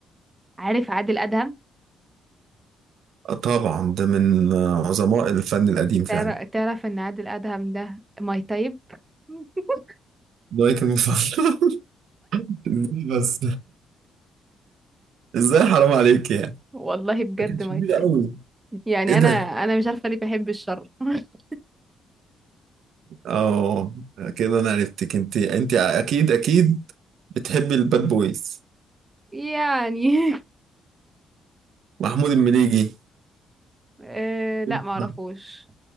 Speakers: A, on the right; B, on the right.
A: عارف عادل أدهم
B: آه طبعا ده من عظماء الفن القديم فعلا
A: تعر- تعرف ان عادل أدهم ده ماي تايب <laughs>
B: لايك المفضل <laughs> بس ازاي حرام عليك يعني
A: والله بجد
B: ده كانت شديدة
A: ماي تايب
B: قوي
A: يعني
B: ايه ده؟
A: انا انا مش عارفه ليه بحب الشر <laughs>
B: اه كده انا عرفتك انت انت اكيد اكيد بتحبي الباد بويز
A: يعني
B: محمود المليجي
A: آه لا
B: ما
A: ما اعرفوش